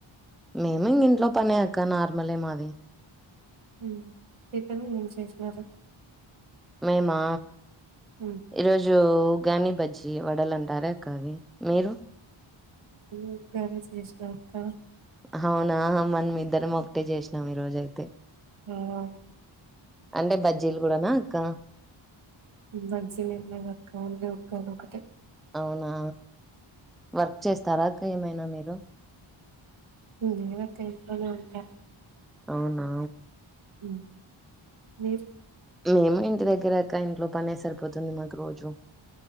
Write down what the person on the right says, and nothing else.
ఉ ఏం కర్రీ ఏం చేసినారు
ఉమ్
ఉగ్గానే చేసినాక్క
అవును
బజ్జీలేం లేవక్కా ఓన్లీ ఉగ్గాని ఓక్కటే
లేదక్క ఇంట్లోనే ఉంటా
హ మీరు